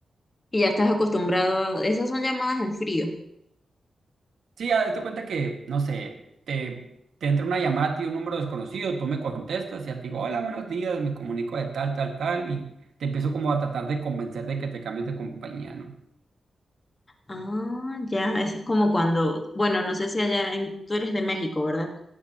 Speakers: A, on the left (about 20°); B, on the right (about 75°).
A: Y ya estás acostumbrado, esas son llamadas en frío.
B: Sí, ya date cuenta que, no sé, te, te entra una llamada a ti, un número desconocido, tú me contestas y ya te digo, hola, buenos días, me comunico de tal, tal, tal, y te empiezo como a tratar de convencer de que te cambies de compañía, ¿no?
A: Ah, ya, eso es como cuando, bueno, no sé si allá en, tú eres de México, ¿verdad?